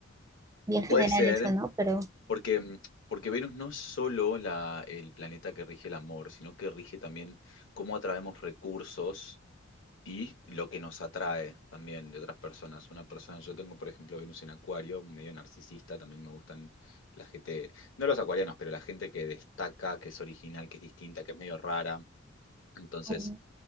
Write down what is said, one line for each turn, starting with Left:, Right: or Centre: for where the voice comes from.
Right: bien general
Left: Puede ser,
Right: eso, ¿no? Pero,
Left: porque, mm, porque Venus no es solo la, el planeta que rige el amor, sino que rige también cómo atraemos recursos y lo que nos atrae también de otras personas. Una persona, yo tengo, por ejemplo, Venus en Acuario, medio narcisista, también me gustan la gente, no los acuarianos, pero la gente que destaca, que es original, que es distinta, que es medio rara. Entonces.
Right: mm,